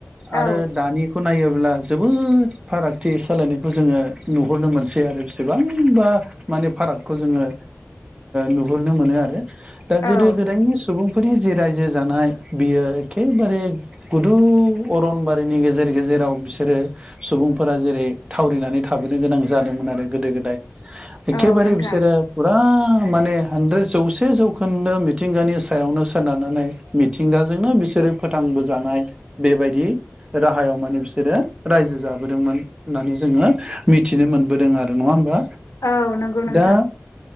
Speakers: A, on the left; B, on the right.
A: औ
B: आरो दानिखौ नायोब्ला जोबोद फारागथि सालायनायखौ जोङो नुहरनो मोनसै आरो बेसेबांबा माने फारागथि खौ जोङो नुहुरनो मोनो आरो दा गोदो
A: औ
B: गोदायनि सुबुं बे फोरनि जि रायजो जानाय बियो एखेबारे गुदु अरनबारिनि गेजेर गेजेर जेराव बिसोरो सुबुंफोरा जेरै थावरिनानै थाबोनो गोनां जादोंमोन आरो गोदो गोदाय एखेबारे
A: औ नोंथां
B: बिसोरो फुरा माने हानद्रेद जौसे जौखोन्दो मिथिंगानि सायावनो सोनारनानै मिथिंगाजोंनो बिसोर बिसोरो फोथांबोजानाय बेबायदि राहायाव माने बिसोरो रायजो जाबोदोंमोन होननानै जोङो मिथिनो मोनबोदों आरो नङा होमबा?
A: औ नंगौ नोंथां।
B: दा